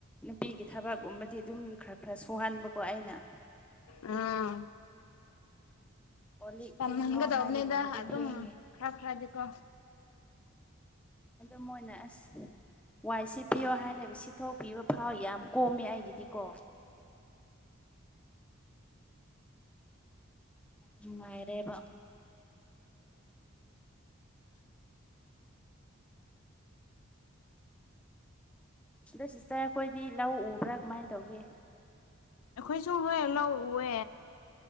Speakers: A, in the centre; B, on the left.
A: ꯅꯨꯄꯤꯒꯤ ꯊꯕꯛꯀꯨꯝꯕꯗꯤ ꯑꯗꯨꯝ ꯈꯔ ꯈꯔ ꯁꯨꯍꯟꯕꯀꯣ ꯑꯩꯅ
B: ꯑꯥ
A: ꯀꯣ ꯂꯤꯛ
B: ꯇꯝꯍꯟꯒꯗꯧꯕꯅꯤꯗ
A: ꯐꯦꯡꯉꯣ ꯍꯥꯏꯕꯒꯨꯝꯕꯗꯤ
B: ꯑꯗꯨꯝ
A: ꯐꯦꯡꯉꯦ
B: ꯈꯔ ꯈꯔꯗꯤꯀꯣ
A: ꯑꯗꯨ ꯃꯣꯏꯅ ꯑꯁ ꯋꯥꯏ ꯁꯤꯠꯄꯤꯌꯣ ꯍꯥꯏꯔꯒ ꯁꯤꯊꯣꯛꯄꯤꯕ ꯐꯥꯎ ꯌꯥꯝ ꯀꯣꯝꯃꯦ ꯑꯩꯒꯤꯗꯤ ꯀꯣ ꯅꯨꯉꯥꯏꯔꯦꯕ ꯑꯗꯣ ꯁꯤꯁꯇꯔ ꯑꯩꯈꯣꯏꯗꯤ ꯂꯧ ꯎꯕ꯭ꯔꯥ ꯀꯃꯥꯏ ꯇꯧꯒꯦ
B: ꯑꯩꯈꯣꯏꯁꯨ ꯍꯣꯏ ꯂꯧ ꯎꯋꯦ